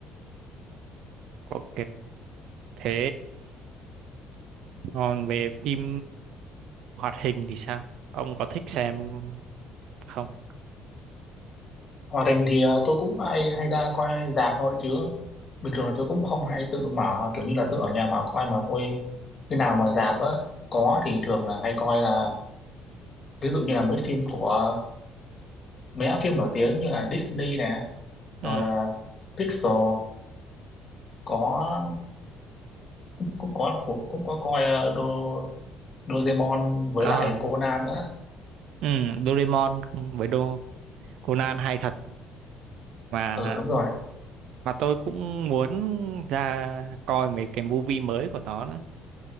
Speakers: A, on the right; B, on the left.
A: ok. Thế còn về phim hoạt hình thì sao? Ông có thích xem không?
B: hoạt hình thì ờ, tôi cũng hay hay ra coi rạp thôi chứ bình thường là tôi cũng không hay tự mở kiểu như là tự ở nhà mà coi mà tôi khi nào mà rạp á có thì thường là hay coi là ví dụ như là mấy phim của mấy hãng phim nổi tiếng như là Disney nè
A: Ừ,
B: rồi ờ, Pixar có cũng cũng có của cũng có coi ờ, Do Doraemon với
A: à,
B: lại Conan nữa
A: ừ, Doraemon với Đô Conan hay thật mà
B: ừ đúng rồi
A: mà tôi cũng muốn ra coi mấy cái movie mới của nó nữa.